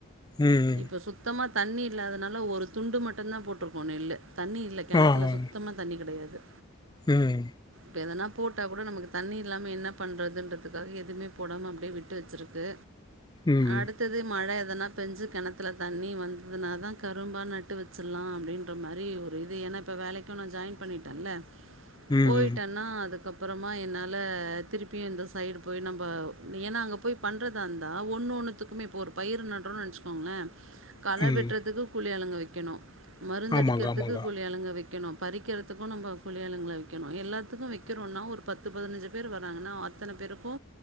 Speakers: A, on the left; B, on the right.
A: ம்.
B: இப்ப சுத்தமா தண்ணி இல்லாதனால ஒரு துண்டு மட்டுந்தா போட்ருக்கோ நெல்லு தண்ணி இல்ல கெணத்துல
A: ஆ. ஆ.
B: சுத்தமா தண்ணி கெடயாது
A: ம்
B: இப்ப எதுனா போட்டா கூட நமக் தண்ணி இல்லாம என்ன பண்ணுறதுன்றதுக்காக எதுமே போடாம அப்டியே விட்டு வச்சிருக்கு
A: ம்.
B: அடுத்தது மழ எதனா பெஞ்சு கெணத்துல தண்ணி வந்ததுன தா கரும்பா நட்டு வச்சில்லா அப்படின்ற மாரி ஒரு இது ஏனா இப்ப வேலைக்கு நா ஜாயின் பண்ணிட்டல்ல
A: ம்.
B: போயிட்டன்னா அதுக்கப்பறமா என்னா ல திருப்பியு இந்த சைடு போய் நம்ப ஏன்னா அங்க போய் பண்றதான்தா ஒன்னு ஒண்ணுத்துக்குமே இப்ப ஒரு பயிறு நடுறோனு நெனச்சிகோங்கள கல
A: ம்.
B: வெட்றதுக்கு குழி ஆளுங்க வைக்கணு மருந்தடிக்கிறதுக்கு
A: ஆமாங்க, ஆமாங்க.
B: குழி ஆளுங்க வைக்கணு பறிக்கிறதுக்கு நம்ப கூழியாளுங்கள வைக்கணும எல்லாத்துக்கு வைக்கிறோனா ஒரு பத் பத்து பதினஞ்சு பேர் வராங்கன்னா அத்தன பேருக்கு